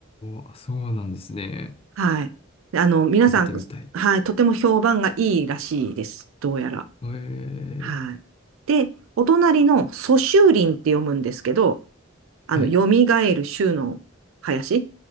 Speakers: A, on the left (about 30°); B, on the right (about 85°).
A: ー、あそうなんですね。
B: はい。あの、皆さん、
A: 食べてみたい。
B: はい、とても評判がいいらしいです。どうやら。
A: えー、
B: はい。で、お隣の蘇州林って読むんですけど、あの、
A: はい、
B: 蘇る州の林っ